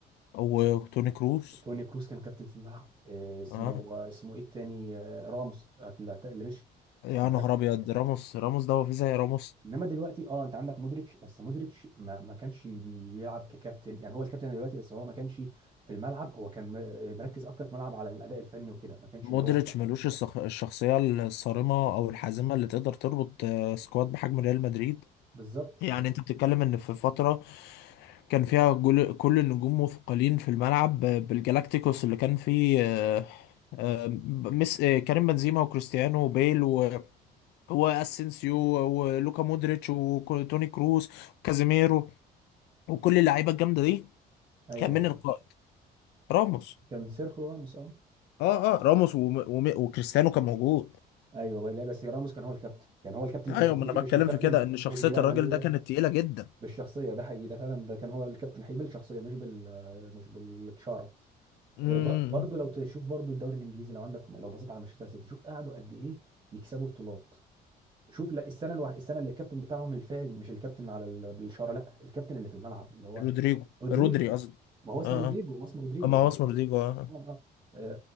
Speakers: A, on the left; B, on the right.
A: وتوني كروس
B: توني كروس كان كابتن في الملعب آه، اسمه
A: اه
B: آه، اسمه ايه التاني آه، راموس اللي اللي مشي
A: يا
B: كان
A: نهار
B: كابتن
A: ابيض راموس راموس ده هو في زي راموس
B: انما دلوقتي اه انت عندك مودريتش بس مودريتش ما, ما كانش بيلعب ككابتن يعني هو الكابتن دلوقتي بس هو ما كانش في الملعب هو كان م- مركز اكتر في الملعب على الاداء الفني وكده ما كانش
A: مودريتش
B: اللي هو الشخص
A: ملوش الصخ- الشخصية الصارمة او الحازمة اللي تقدر تربط آه، سكواد بحجم ريال مدريد
B: بالظبط
A: يعني
B: بالظبط
A: انت بتتكلم ان في فترة كان فيها جل- كل النجوم مثقلين في الملعب ب- بالجالاكتيكوس اللي كان فيه آه، آه، ب- مس آه، كريم بنزيما وكريستيانو وبيل و- واسينسيو ولوكا مودريتش وتوني كروس وكازيميرو وكل اللعيبة الجامدة دي
B: ايوه
A: كان من القائد راموس
B: كان سيرخو راموس اه
A: اه اه راموس وم... وم... وكريستيانو كان موجود
B: ايوه لا بس راموس كان هو الكابتن كان هو الكابتن
A: ايوه
B: لا، مش مش
A: ما انا
B: مش
A: بتكلم
B: الكابتن
A: في كده ان شخصية
B: مش بالادميه
A: الراجل ده كانت تقيلة جدا
B: بالشخصيه ده حقيقي ده فعلا ده كان هو الكابتن حقيقي بالشخصيه مش بال مش بالاشاره
A: امم
B: آه، ب- برضو لو تشوف برضو الدوري الانجليزي لو عندك لو بصيت على مانشستر سيتي شوف قعدوا قد ايه يكسبوا بطولات شوف لا السنه الوح... السنه اللي الكابتن بتاعهم الفعلي مش الكابتن على ال... بالاشاره لا الكابتن اللي في الملعب اللي هو
A: رودريجو
B: رودريجو
A: رودري قصدي
B: ما هو اسمه
A: اه
B: رودريجو
A: اه
B: هو اسمه رودريجو
A: اما
B: بس
A: هو اسمه
B: هو
A: رودريجو آه.
B: اه اه